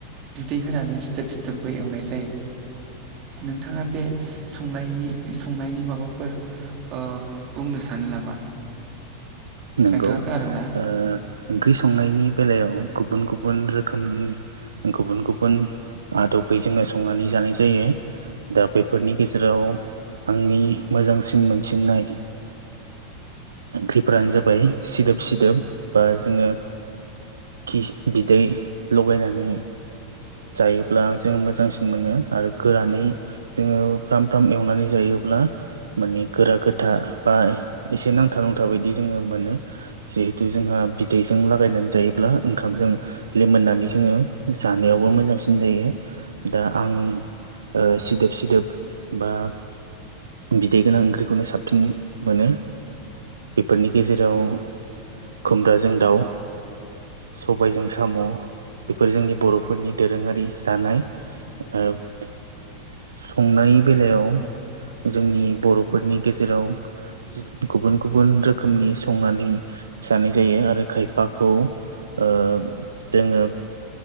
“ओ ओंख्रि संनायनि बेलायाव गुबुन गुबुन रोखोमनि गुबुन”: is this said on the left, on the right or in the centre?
Right